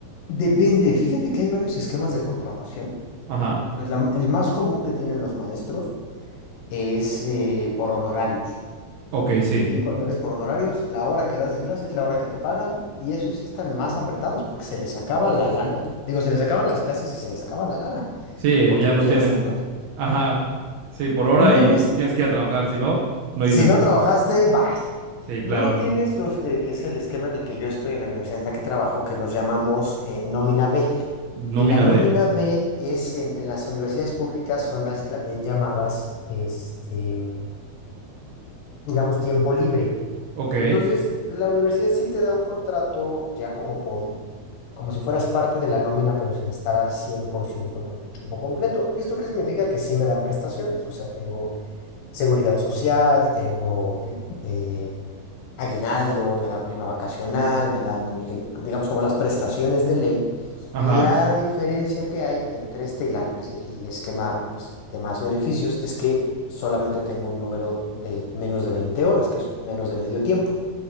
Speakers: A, on the left (about 80°); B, on the right (about 80°).
A: depende. Fíjate que hay varios esquemas de contratación.
B: Ajá.
A: Pues la- el más común que tienen los maestros es eh, por honorarios.
B: Ok, sí.
A: Y cuando eres por honorarios, la hora que das de clase es la hora que te pagan, y eso sí están más apretados porque se les acaba la lana. Digo, se les acaban las clases y se les acaba la lana,
B: Sí,
A: porque
B: ya
A: pues
B: no tienen.
A: ya no están dando.
B: Ajá. Sí, por hora
A: Luego
B: y tienes que ir a trabajar, si no, no
A: Si
B: hay dinero.
A: no trabajaste, bye.
B: Sí,
A: Luego
B: claro.
A: tienes los, eh, que es el esquema en el que yo estoy en la universidad en la que trabajo, que nos llamamos eh, nómina B.
B: Nómina
A: Y la nómina
B: de.
A: B es en, en las universidades públicas, son las también llamadas, este, digamos, tiempo libre.
B: Ok.
A: Entonces, la universidad sí te da un contrato ya como por, como si fueras parte de la nómina, pero sin estar al 100% con tiempo completo. ¿Esto qué significa? Que sí me dan prestaciones, o sea, tengo seguridad social, tengo... eh, aguinaldo, me dan prima vacacional, me dan, eh, digamos, como las prestaciones de ley.
B: Ajá.
A: La diferencia que hay entre este y la- el, el esquema, pues, de más beneficios es que solamente tengo un número de menos de 20 horas, que es menos de medio tiempo.